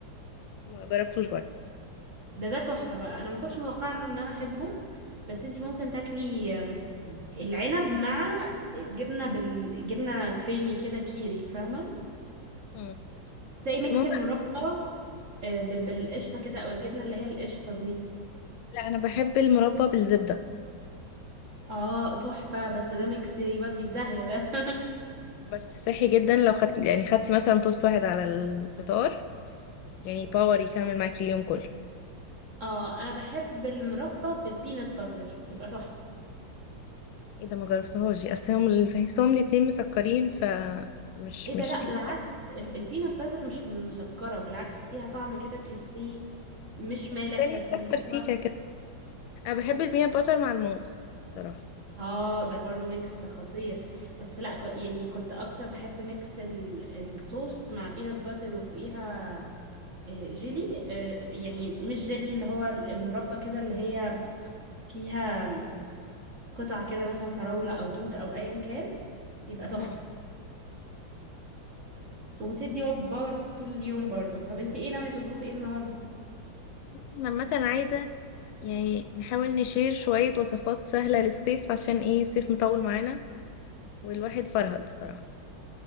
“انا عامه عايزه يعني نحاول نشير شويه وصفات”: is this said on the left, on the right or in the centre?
Left